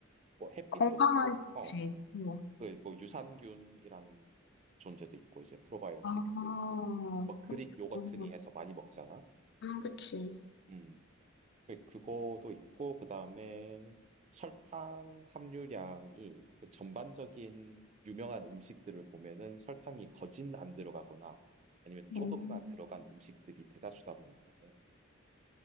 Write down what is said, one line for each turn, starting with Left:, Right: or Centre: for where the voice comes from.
Right: 뭐 햇빛도
Left: 건강하지.
Right: 있고, 어,
Left: 뭐.
Right: 그, 그 유산균이라는 존재도 있고, 이제 프로바이오틱스,
Left: 아,
Right: 뭐,
Left: 그렇구나.
Right: 뭐 그릭 요거트니 해서 많이 먹잖아.
Left: 아, 그치.
Right: 음. 그- 그거도 있고 그다음에 설탕 함유량이 그 전반적인 유명한 음식들을 보면은 설탕이 거진 안 들어가거나 아니면 조금만
Left: 음,
Right: 들어간 음식들이 대다수다 보니까는